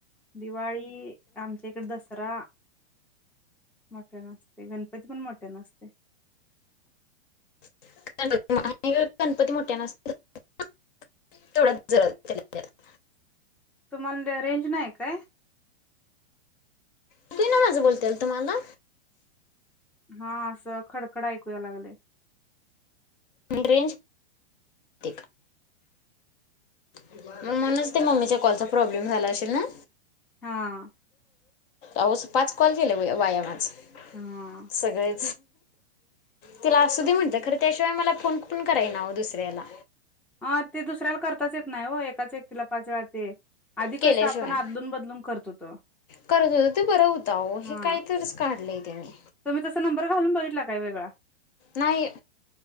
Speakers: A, in the centre; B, on the left (about 50°).
A: दिवाळी आमच्या इकडे दसरा मोठ्या नसते गणपती पण मोठ्या नसते
B: <unintelligible> ती मोठ्या नसत्यात थोडा जर <inaudible>
A: तुम्हाला रेंज नाय काय?
B: कळतय ना माझं बोलत्याल तुम्हाला?
A: हा असं खडखड ऐकूया लागलय
B: रेंज <inaudible> म्हणूनच ते मम्मीच्या कॉलचा प्रॉब्लेम झाला असशील ना?
A: हा.
B: अवसं पाच कॉल गेले वाया माज
A: हा.
B: सगळे तिला असु दे म्हणता खरं त्याशिवाय मला फोन पण कराय नव्ह दुसऱ्याला
A: ह ते दुसऱ्याला करताच येत नाही हो आताच एकटीला पाचवेळा ते आधी
B: केल्याशिवाय
A: कस आपण अदलुन बदलुन करत होतो
B: करत होतं ते बरं होतं अहो
A: हा
B: हे काहीतरीच काढलंय त्याने
A: तुम्ही तसं नंबर घालून बघितला काय वेगळा
B: नाही